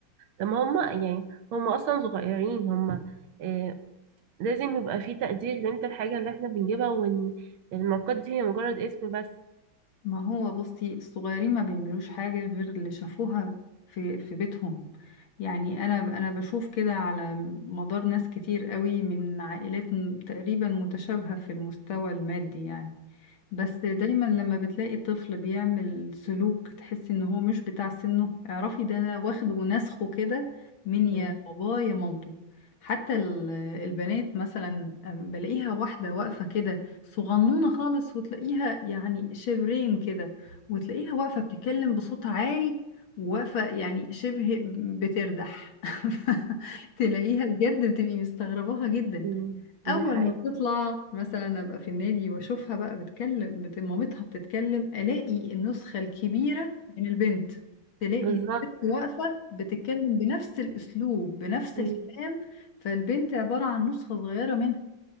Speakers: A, on the right (about 80°); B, on the left (about 80°).
A: طب ما هما يعني هما اصلا صغيرين هما آه لازم يبقى في تقدير لقيمة الحاجة اللي احنا بنجيبها وان الماركات دي هي مجرد اسم بس
B: ما هو بصي الصغيرين ما بيعملوش حاجة غير اللي شافوها في في بيتهم يعني انا انا بشوف كده على مدار ناس كتير قوي من عائلات م- تقريبا متشابهة في المستوى المادي يعني بس دايما لما بتلاقي طفل بيعمل سلوك تحس ان هو مش بتاع سنه اعرفي ده انا واخد ونسخه كده من يا
A: مم.
B: باباه يا مامته حتى ال- البنات مثلا أم بلاقيها واحدة واقفة كده صغنونة خالص وتلاقيها يعني شبرين كده وتلاقيها واقفة بتتكلم بصوت عالي وواقفة يعني شبه بتردح <laughs> تلاقيها بجد بتبقي مستغرباها جدا
A: مم، دي
B: اول
A: حقيقة
B: ما بتطلع مثلا ابقى في النادي واشوفها بقى بتكلم بت... مامتها بتتكلم الاقي النسخه الكبيره من البنت تلاقي
A: بالظبط
B: الست واقفه بتتكلم بنفس الاسلوب بنفس
A: مم.
B: الكلام فالبنت عباره عن نسخه صغيره منها